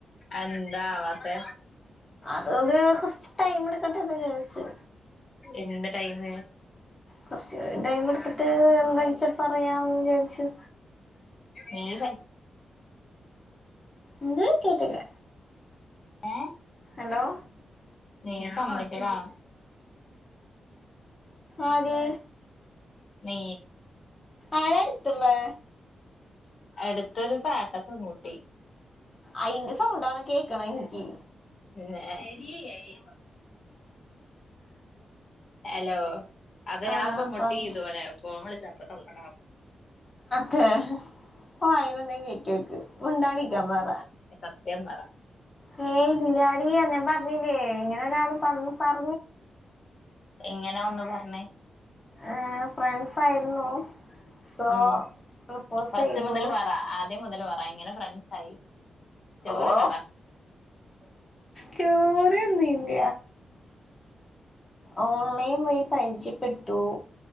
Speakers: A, on the left (about 50°); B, on the left (about 20°).
A: എന്താ ആവാത്തേ?
B: അതുകൊണ്ട് കുറച്ച് ടൈം എടുക്കട്ടേന്ന് വിചാരിച്ചു.
A: എന്ത് ടൈം?
B: കുറച്ച് നേരം ടൈം എടുത്തിട്ട് എന്തച്ചാ പറയാനുവിചാരിച്ച്.
A: ഏ
B: എന്ത്? കേട്ടില്ല.
A: ഏ
B: ഹലോ
A: നീ സമ്മതിക്കടാ.
B: ആര്?
A: നീ
B: ആരാ അടുത്തുള്ളേ?
A: അടുത്തൊരു താഴത്തെ പെൺകുട്ടി
B: അയിന്റെ സൗണ്ടാണോ കേക്കണെ ഇനിക്ക്
A: പിന്നെ എടി ഏ ഹലോ അതെ
B: ആഹ്
A: ആ പെൺ കുട്ടി
B: പറ
A: ഇതുപോലെ ഫോൺ വിളിച്ചാ അപ്പോ തൊള്ള ട
B: ഹേ ഹ <unintelligible> മുണ്ടാണ്ടിരിക്കാൻ പറ
A: ത്യം പറ
B: ഹേ ഇല്ലാടി ഞാ ഞ്ഞില്ലേ <unintelligible>
A: എങ്ങനെ വന്ന് പറഞ്ഞ്?
B: ആ ഫ്രണ്ട്സ് ആയിരുന്നു. സോ
A: ഉം
B: പ്രൊപ്പോസ്
A: ഫസ്റ്റ്
B: യ്തു
A: മുതൽ പറ ആദ്യം മുതൽ പറ ഇങ്ങനെ ഫ്രണ്ട്സ് ആയി സ്റ്റോറി
B: ഓ
A: പറ
B: ക്യൂരിന്നു ഇല്ല ഓൺലൈൻ വഴി പരിച പ്പെട്ടു